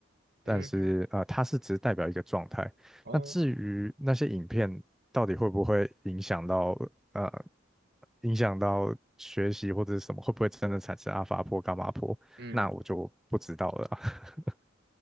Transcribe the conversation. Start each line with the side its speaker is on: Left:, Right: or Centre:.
Centre: 但是呃，
Right: 嗯，
Centre: 它是只代表一个状态。
Right: 哦，
Centre: 那至于那些影片到底会不会影响到呃影响到学习或者是什么，会不会真的产生阿法波、伽马波？
Right: 嗯。
Centre: 那我就不知道了啊 <laughs>